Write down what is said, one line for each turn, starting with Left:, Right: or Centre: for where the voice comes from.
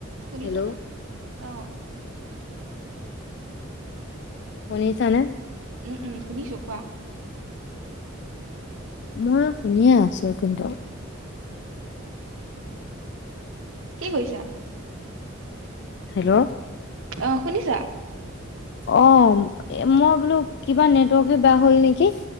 Right: শুনিছনে
Left: Hello
Right: অ
Left: শুনিছা নে
Right: উম উম শুনিছো কোৱা
Left: মই শুনিয়ে আছো কিন্তু
Right: ়কি কৰিছা
Left: হেল্ল'
Right: অ শুনিছা
Left: অ মই বোলো কিবা নেটৱৰ্কে বেয়া হ'ল নেকি